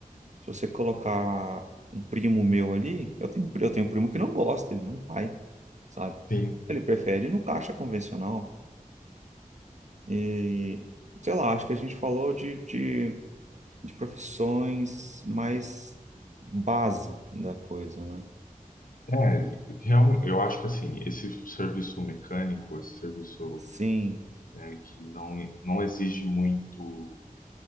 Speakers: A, on the right; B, on the left.
A: Se você colocar um primo meu ali, eu tenho, eu tenho um primo que não gosta, ele não vai, sabe?
B: Sim,
A: Ele prefere ir no caixa convencional. E, sei lá, acho que a gente falou de, de, de profissões mais base da coisa, né?
B: é, real- eu acho que assim, esse serviço mecânico, esse serviço
A: Sim,
B: é, que não, não exige muito,